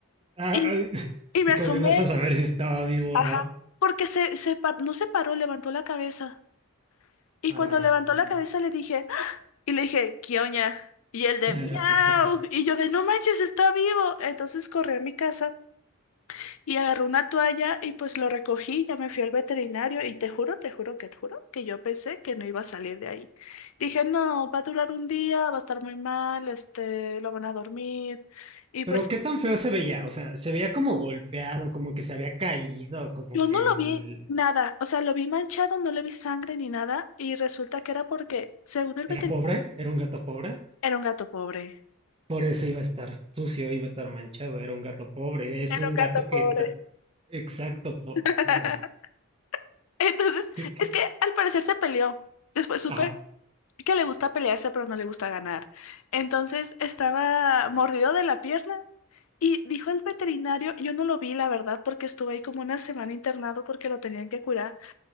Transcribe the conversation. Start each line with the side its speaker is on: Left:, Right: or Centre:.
Right: Ah,
Left: Y,
Right: <laughs> ah,
Left: y me asomé.
Right: con a saber si estaba vivo
Left: Ajá.
Right: o no.
Left: Porque se, se pa- no se paró, levantó la cabeza. Y
Right: Ah,
Left: cuando levantó
Right: mm.
Left: la cabeza le dije, ¡Ah! y le dije, ¿qué oña? Y él de,
Right: <laughs>
Left: miau. Y yo de, no manches, está vivo. Entonces corrí a mi casa. Y agarró una toalla y pues lo recogí, ya me fui al veterinario y te juro, te juro que te juro que yo pensé que no iba a salir de ahí. Dije, no, va a durar un día, va a estar muy mal, este, lo van a dormir. Y
Right: Pero
Left: pues
Right: qué tan feo se veía, o sea, se veía como golpeado, como que se había caído, como
Left: yo
Right: que
Left: no lo
Right: él
Left: vi nada, o sea, lo vi manchado, no le vi sangre ni nada y resulta que era porque, según el veterinario,
Right: era pobre, era un gato pobre,
Left: era un gato pobre.
Right: por eso iba a estar sucio, iba a estar manchado, era un gato pobre, es
Left: Era
Right: un
Left: un gato
Right: gato que,
Left: pobre.
Right: ta- exacto, por,
Left: <laughs>
Right: ah,
Left: Entonces,
Right: ¿qué- qué?
Left: es que al parecer se peleó. Después supe
Right: Ajá.
Left: que le gusta pelearse, pero no le gusta ganar. Entonces estaba mordido de la pierna y dijo el veterinario, yo no lo vi, la verdad, porque estuve ahí como una semana internado porque lo tenían que curar,